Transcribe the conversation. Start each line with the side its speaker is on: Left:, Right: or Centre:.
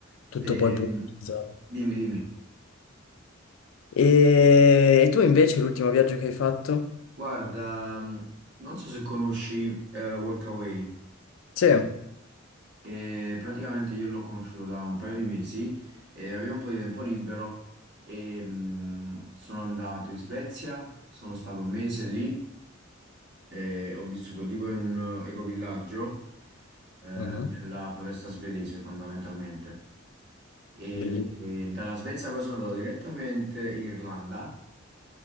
Left: tutto
Right: Ehm,
Left: poi pulito.
Right: dimmi, dimmi.
Left: E, e tu invece l'ultimo viaggio che hai fatto?
Right: Guarda, mh, non so se conosci eh, Workaway.
Left: Sì,
Right: Eh, praticamente io l'ho conosciuto da un paio di mesi e avevo un po' di tempo libero e mh, sono andato in Svezia, sono stato un mese lì e ho vissuto tipo in un ecovillaggio eh,
Left: Mhm,
Right: nella foresta svedese fondamentalmente. E,
Left: Bellissimo.
Right: e dalla Svezia poi sono andato direttamente in Irlanda